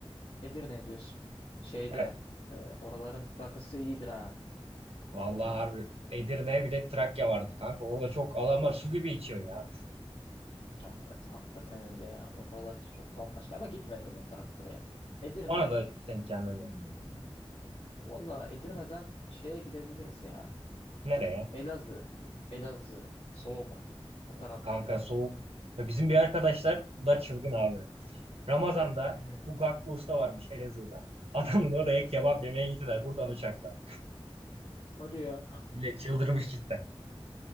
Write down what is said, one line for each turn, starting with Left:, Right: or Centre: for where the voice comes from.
Left: Edirne diyorsun. Şeyde
Right: Evet.
Left: e, oraların rakısı iyidir ha.
Right: Vallahi
Left: Edirne'nin.
Right: harbi. Edirne bir de Trakya vardı kanka. Orada çok adamlar su
Left: Trakya.
Right: gibi içiyor ya.
Left: Hakikaten hakikaten öyle ya. Oralar çok bambaşka ama gitmedim o taraflara ya. Edirne
Right: Bana da hiç denk gelmedi.
Left: hmm, valla Edirne'den şeye gidebiliriz ya.
Right: Nereye?
Left: Elazığ. Elazığ. Soğuk. O taraflar.
Right: Kanka soğuk. Ya bizim bir arkadaşlar bunlar çılgın abi. Ramazan'da
Left: Hmm.
Right: bu Gakko Usta varmış Elazığ'da. Adamın oraya kebap
Left: Hı hı.
Right: yemeye gittiler buradan uçakla.
Left: Hadi ya.
Right: Millet çıldırmış cidden.